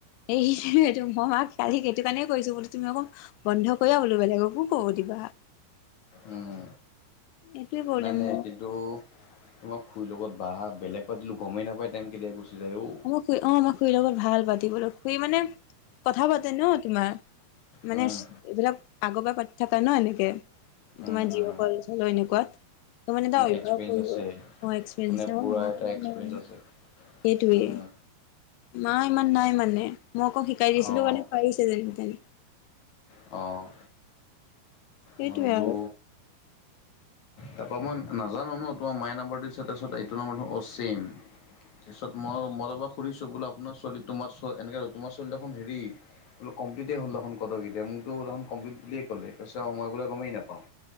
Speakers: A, on the left; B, on the left.
A: এই এইেইটো মই মাক কালী সেইটো কাৰণেই কৰিছো বোলো তুমি অকৌ বন্ধ কৰিয় বোলো বেলেগকো ক'ব দিবা।
B: উম,
A: এইটোৱে প্ৰব্লেম
B: নাই নাই
A: মোৰ।
B: কিন্তু তোমাৰ খুৰীৰ লগত বাহ বেলেগ পাটিলো গমেই নাপায় টাইম কেতিয়া গুচি যায়ঔ
A: আমাক খুৰী অ, আমাক খুুৰীৰ লগত ভাল পাতিবলৈ খুৰী মানে কথা পাতে ন তোমাৰ মানে
B: উম
A: এইবিলাক আগৰ পৰা পাতি থাকা ন' এনেকে
B: উম
A: তোমাৰ জিঅ'
B: উম
A: ক'ল চ'ল এনেকুৱাত। ত মানে এটা অভ্যাস
B: এক্সপিৰিয়েঞ্চ
A: হৈ
B: আছে
A: গ'ল অঁ, এক্সপেৰিয়েন্স
B: মানে
A: হিচাপত
B: পুৰা
A: মাৰ
B: এটা
A: ইমান
B: এক্সপিৰিয়েঞ্চ
A: নাই।
B: আছে
A: সেইটোৱেই।
B: উম
A: মা ইমান নাই মানে মই আকৌ শিকাই দিছিলো
B: অ'
A: মানে পাৰিছে যেন তেনে।
B: অ,
A: সেইটোৱে
B: মই বোলো
A: আৰু।
B: তাৰপা মই নাজানো ন' তোমাৰ মায়ে নাম্বৰটো দিছে তাৰপিছত এইটো নাম্বৰটো অ, ছেম। তাৰপিছত মই মই তাৰপা সুধিছোঁ বোলো আপোনাৰ ছোৱালী তোমাৰ এনেক তোমাৰ ছোৱালী দেখোন হেৰি বোলো কম্পিলটেই হ'ল দেখোন কত কেতিয়াবাই মোকতো দেখোন কমপ্লিট বুলিয়ে ক'লে কছে মই বোলে গমেই নাপাওঁ।